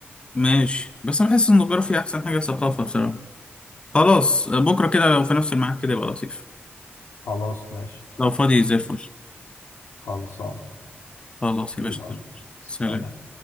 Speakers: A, on the left; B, on the left.
A: ماشي بس أنا بحس إن الجغرافيا أحسن حاجة ثقافة بصراحة خلاص آه، بكرة كده لو في نفس الميعاد كده يبقى لطيف
B: خلاص ماشي
A: لو فاضي زي الفل
B: خلصان
A: خلاص يا
B: يلا
A: باشا
B: سلام
A: سلام